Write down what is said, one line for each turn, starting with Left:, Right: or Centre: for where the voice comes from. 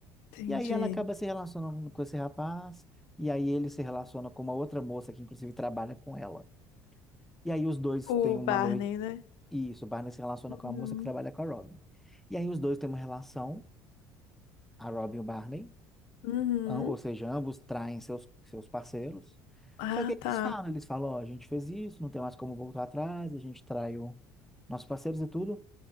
Left: Entendi.
Centre: E aí ela acaba se relacionando com esse rapaz, e aí ele se relaciona com uma outra moça que inclusive trabalha com ela. E aí os dois
Left: O
Centre: têm uma
Left: Barney,
Centre: noite,
Left: né?
Centre: e isso, o Barney se relaciona
Left: Uhum.
Centre: com uma moça que trabalha com a Robin. E aí os dois têm uma relação, a Robin e o Barney,
Left: Uhum.
Centre: am- ou seja, ambos traem seus, seus parceiros.
Left: Ah,
Centre: Só que eles
Left: tá.
Centre: falam, eles falam, ó, a gente fez isso, não tem mais como voltar atrás, a gente traiu nossos parceiros e tudo.